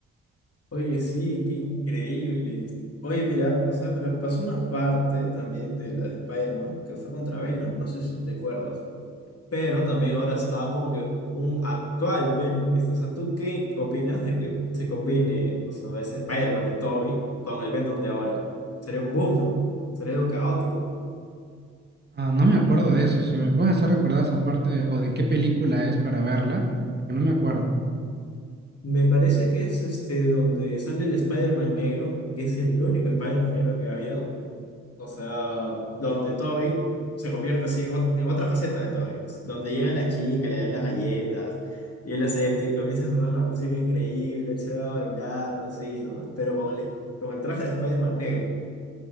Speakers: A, on the left; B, on the right.
A: Oye, sí, qué increíble. Oye, mira, o sea, pero pasó una parte también de la de Spider-Man que fue contra Venom, no sé si te acuerdas, pero también ahora está como que un actual Venom, ¿viste? O sea, ¿tú qué opinas de que se combine, o sea, ese Spider-Man de Toby con el Venom de ahora? Sería un boom, ¿no? Sería algo caótico.
B: Ah, no me acuerdo de eso. Si me puedes hacer recordar esa parte o de qué película es para verla, porque no me acuerdo.
A: Me parece que es este donde sale el Spider-Man negro, que es el único Spider-Man negro que ha habido. O sea, donde Toby se convierte así en, ot- en otra faceta de Toby. Donde llega la chica, le dan las galletas, y él acepta y comienza a sonar la música increíble, él se va bailando así, ¿no? Pero con el, con el traje de Spider-Man negro.